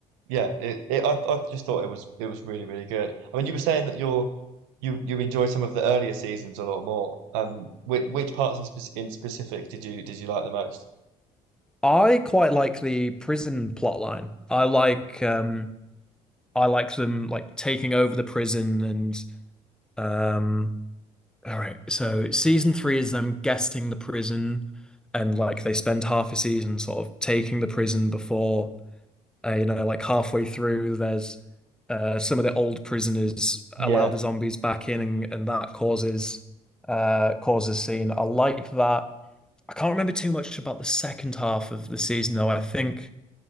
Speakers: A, on the right; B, in the centre.
A: Yeah, it, it I, I just thought it was it was really really good. I mean, you were saying that you're you you enjoyed some of the earlier seasons a lot more. Um, which which parts in, spec in specific did you did you like the most?
B: I quite like the prison plotline. I like um I like them like taking over the prison and um all right, so season three is them guessing the prison and like they spend half a season sort of taking the prison before Uh, you know, like halfway through, there's uh, some of the old prisoners
A: Yeah,
B: allow the zombies back in, and, and that causes uh, causes scene. I like that. I can't remember too much about the second half of the season, though. I think